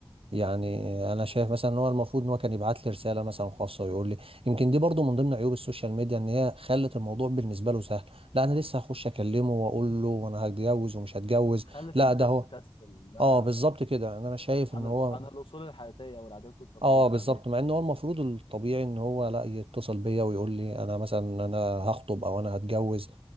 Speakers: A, on the right; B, on the left.
A: يعني
B: ما
A: انا
B: هو
A: شايف مثلا ان هو المفروض ان هو كان يبعت لي رساله مثلا خاصه ويقول لي يمكن دي برضو من ضمن عيوب السوشيال ميديا ان هي خلت الموضوع بالنسبه له سهل لا انا لسه هخش اكلمه واقول له وانا هتجوز ومش هتجوز
B: خلت
A: لا
B: الناس
A: ده هو
B: تكسل ده
A: اه بالظبط كده يعني انا شايف
B: عن
A: ان هو
B: ال... عن الاصول الحياتيه والعادات والتقاليد
A: اه بالظبط
B: العاديه
A: مع ان هو المفروض الطبيعي ان هو لا يتصل بيا ويقول لي انا مثلا انا هخطب او انا هتجوز